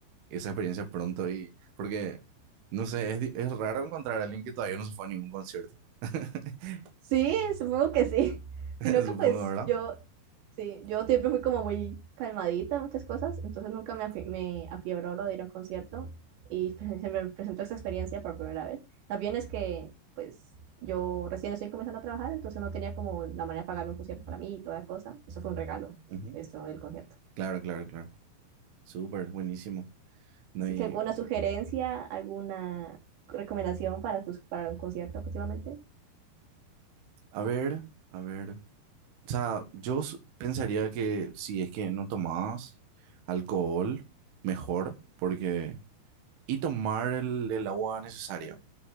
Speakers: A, on the right; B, on the right.
A: esa experiencia pronto y porque, no sé, es, di- es raro encontrar a alguien que todavía no se fue a ningún concierto. <laughs>
B: Sí, supongo que sí. <laughs>
A: <laughs>
B: Sino que
A: Supongo,
B: pues
A: ¿verdad?
B: yo, sí, yo siempre fui como muy calmadita en muchas cosas, entonces nunca me, afi- me afiebró lo de ir a un concierto y <laughs> se me presentó esa experiencia por primera vez. También es que pues yo recién estoy comenzando a trabajar, entonces no tenía como la manera de pagarme un concierto para mí y toda la cosa. Eso fue un regalo,
A: Ujú.
B: esto del concierto.
A: Claro, claro, claro. Súper, buenísimo. No,
B: Así
A: y
B: que alguna sugerencia, alguna recomendación para, tus, para un concierto próximamente.
A: a ver, a ver. O sea, yo s- pensaría que si es que no tomabas alcohol, mejor, porque y tomar el, el agua necesaria.